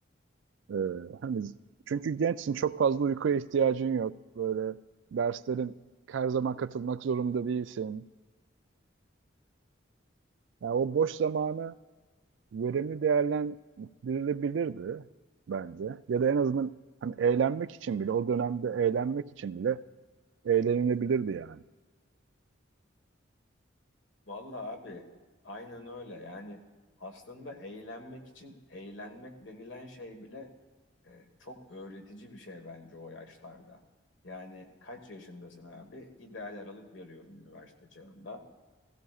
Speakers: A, on the right (about 70°); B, on the left (about 75°).
A: Ee, hani çünkü gençsin çok fazla uykuya ihtiyacın yok. Böyle derslerin her zaman katılmak zorunda değilsin. Yani o boş zamanı verimli değerlendirilebilirdi bence. Ya da en azından hani eğlenmek için bile o dönemde eğlenmek için bile eğlenilebilirdi yani.
B: Vallahi abi aynen öyle. Yani aslında eğlenmek için eğlenmek denilen şey bile E, çok öğretici bir şey bence o yaşlarda. Yani kaç yaşındasın abi? İdeal aralık veriyorum üniversite çağında.